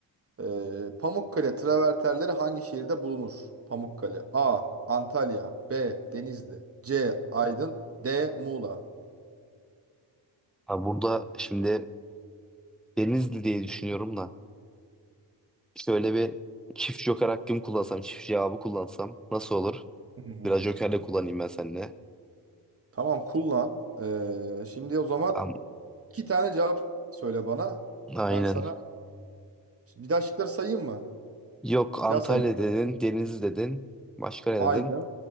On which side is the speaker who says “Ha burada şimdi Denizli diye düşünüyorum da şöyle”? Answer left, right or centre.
Centre